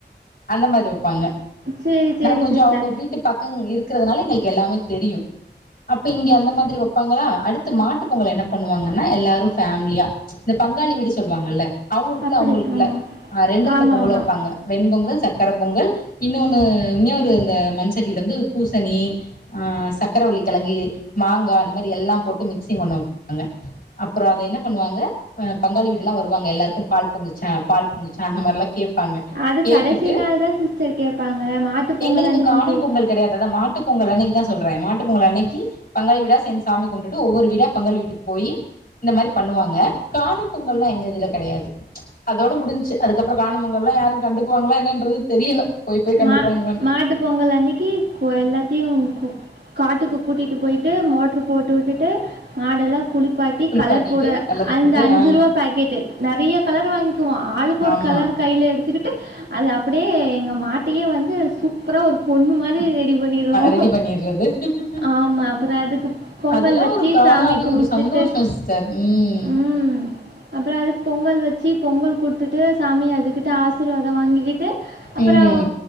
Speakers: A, on the left; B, on the right.
A: அந்த மாதிரி வைப்பாங்க
B: சரி சரி
A: நான் கொஞ்சம்
B: சிஸ்டர்
A: அவங்க வீட்டு பக்க இருக்கு இருக்கறிறதுனால எங்களுக்கு எல்லாமே தெரியும் அப்ப இங்க
B: அப்
A: அந்த மாதிரி வைப்பாங்களா அடு த்து மாட்டு பொங்கல் என்ன பண்ணுவாங்கன்னா எல்லாரும் ஃபேமிலியா இந்த பங்காளி வீடு சொல்லுவாங்கல்ல அவங்களுக்குள்ள
B: அப்படி
A: அவங்களுக்குள்ள
B: ஆமாம்
A: ரெண்டு ரெண்டு
B: ஆமாம்
A: பொங்கல்
B: ஆமாம்
A: வைப்பாங்க ஹ வெண்பொங்கல் சக் கரைப்பொங்கல் இன்னொன்னு இன்னொரு இந்த மண்சட்டில வந்து பூசணி் ஹ ச சக்கரவள்ளி கிழங்கு மாங்காய் அந்த மாரி எல்லாம் போட்டு மிக்சிங் ஒண்ணு வப்பாங்க அப்புறம் அத என்ன பண்ணுவாங்க பங்காளி வீட்டுலாம் வருவாங்க எல்லாருக்கும் பால் பொங்குச்சா பால் பொங்குச்சா அந்த மாரிலாம் கேப் பாங்க
B: அது
A: கேட்டுட்டு
B: கடைசி நாள் தான் சிஸ்டர் கேட்பாங்க மாட்டுப் பொங்கல்
A: எங்களுக்கு
B: அன்னைக்கு
A: காணும்
B: கேட்கும்
A: பொங்கல் கிடையாது அத மாட்டு பொங்கல் அ தா சொல்றேன் மாட் ட்டு பொங்கல் அன்னக்கி பங்காளி வீடா சேந்து சாமி கும்ப்டுட்டு ஒவ்வொரு வீடா பங்காளி வீட்டுக்கு போயி இந்த மாரி பண்ணுவாங்க காணும் பொங்கல்லா எங்க இதுல கெடையாது அதோட முடிஞ்ச்சு அதுக்கப்ற காணும் பொங்கல்லா யாரு கண்டுக்குவாங்களா என்னன்றது தெரியல போய் போய் கண்டுக்குவாங்களான்னு
B: மா மாட்டு பொங்கல் அன்னைக்கு கோயல்லாத்தையும் காட்டுக்கு கூட்டிட்டு போயிட்டு மோட்டரு போட்டு விட்டுட்டு மாடெல்லாம் குளிப் பாட்டி
A: குளிப்பாட்டிட்டு
B: கலர் போடர்
A: கலர்
B: அந்த
A: போட்டு ஆ
B: அஞ்சு ரூபா பாக்கெட நிறைய கலர் வாங்கிக்குவோம் ஆளுக்கு ஒரு
A: ஆமாம்
B: கலர் கையில் எடுத்துக்கிட்டு அது அப்படியே மாட் டீஏ வந்து சூப்புரா ஒரு பொண்ணு மாதுரிரி டி பண்ணிருவோ
A: ரெடி பண்ணிடுறது
B: ஆம அப்பற அதுக்கு பொங்கல்
A: அதெல்லா
B: வச்சி
A: ஒரு காலோ
B: சாமி
A: அது
B: கும்ட்டுட்டு
A: ஒரு சந்தோஷோ சிஸ்டர் ம்
B: ம் அப்ற அதுக் பொங்கல் வச் பொங்கல் குட்த்துட்டு சாமிய அதுக்குட்ட ஆசிர்வாத வாங்கிக்கிட்டு அப்பறோ
A: ம்